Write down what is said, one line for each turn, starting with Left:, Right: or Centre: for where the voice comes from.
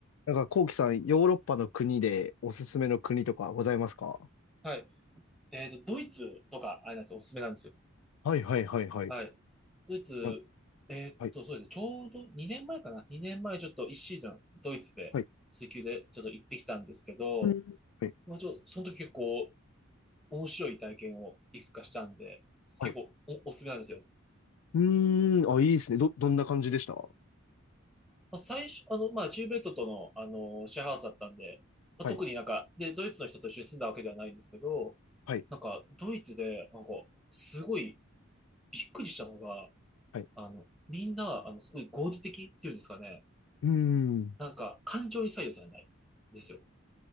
Left: なんか、こうきさん、ヨーロッパの国でおすすめの国とかございますか
Centre: はい。えっと、ドイツとか、あれなんですよ。おすすめなんですよ。
Left: はいはいはいはい。
Centre: はい。ドイツ、
Left: なん
Centre: えっと、
Left: はい、
Centre: そうですね。ちょうど2年前かな。2年前ちょっと1シーズン、ドイツで、
Left: はい、
Centre: 水球でちょっと行ってきたんですけど、
Left: うんはい、
Centre: まあ、ちょ、その時結構面白い体験をいくつかしたんで、
Left: はい。
Centre: 結構お、おすすめなんですよ。
Left: うーん、あ、いいですね。ど、どんな感じでした
Centre: まあ、最初、あの、まあ、チューベ米トとの、あの、シェアハウスだったんで、まあ、
Left: はい、
Centre: 特になんか、で、ドイツの人と一緒に住んだわけではないんですけど、
Left: はい、
Centre: なんか、ドイツで、なんか、すごいびっくりしたのが、
Left: はい。
Centre: あの、みんな、あの、すごい合理的っていうんですかね。
Left: うーん、
Centre: なんか、感情に左右されないんですよ。